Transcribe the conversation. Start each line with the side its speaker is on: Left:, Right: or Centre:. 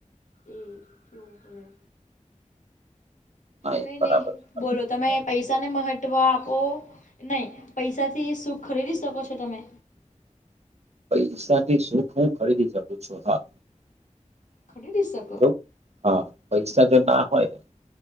Left: એ કેવું હોય
Right: હા એ
Left: કઈ
Right: બરાબર
Left: નહી
Right: છે
Left: બોલો.
Right: જે
Left: તમે
Right: કહેવા માંગો
Left: પૈસાને
Right: છો
Left: મહત્વ આપો નહીં પૈસાથી સુખ ખરીદી શકો છો તમે?
Right: પૈસા થી સુખ હું ખરીદી શકું છું હા.
Left: ખરીડી શક
Right: જો હા પૈસા જો ના હોય ને